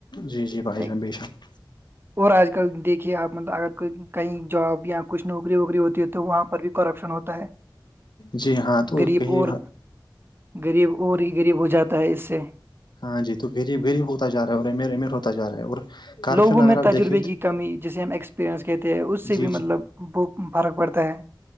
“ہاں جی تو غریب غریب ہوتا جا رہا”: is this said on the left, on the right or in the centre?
Left